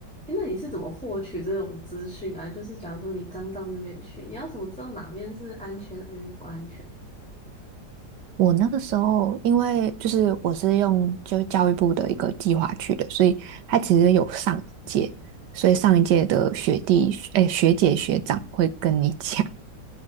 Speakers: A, in the centre; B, on the right.
A: 诶那你是怎么获取这种资讯啊？就是假如说你刚到那边去，你要怎么知道哪边是安全，哪边是不安全？
B: 我那个时候，因为就是我是用就教育部的一个计划去的，所以它其实有上一届，所以上一届的学弟、哎学姐、学长会跟你讲，